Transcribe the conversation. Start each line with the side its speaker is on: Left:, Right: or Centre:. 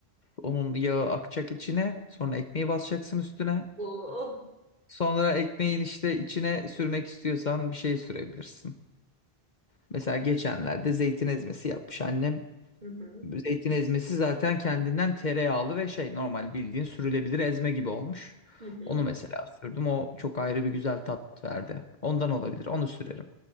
Left: onun yağı akacak içine, sonra ekmeği basacaksın üstüne.
Right: Oo.
Left: Sonra ekmeğin işte içine sürmek istiyorsan bir şey sürebilirsin. Mesela geçenlerde zeytin ezmesi yapmış annem.
Right: Hı hı.
Left: Zeytin ezmesi zaten kendinden tereyağlı ve şey normal bildiğin sürülebilir ezme gibi olmuş.
Right: Hı hı.
Left: Onu mesela sürdüm. O çok ayrı bir güzel tat verdi. Ondan olabilir. Onu sürerim.